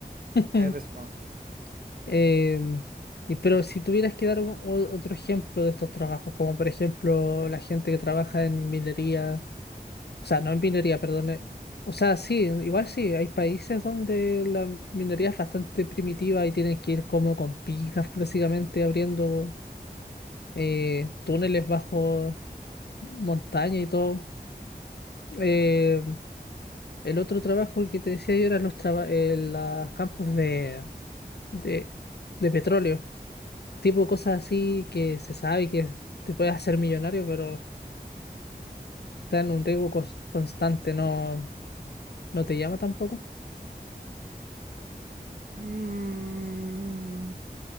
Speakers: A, on the left (about 80°); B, on the right (about 60°).
A: <laughs>
B: hay respawn.
A: Em, y, pero si tuvieras que dar un- o- otro ejemplo de estos trabajos, como por ejemplo la gente que trabaja en minería O sea, no en minoría, perdón. eh, O sea, sí, igual sí, hay países donde la minoría es bastante primitiva y tienen que ir como con picas, <laughs> básicamente abriendo eh, túneles bajo montaña y todo. Eh, el otro trabajo que te decía yo eran los, traba- eh, los campos de, de, de petróleo, tipo cosas así que se sabe que te puedes hacer millonario, pero está en un riesgo cons- constante, no, no te llama tampoco.
B: Mm,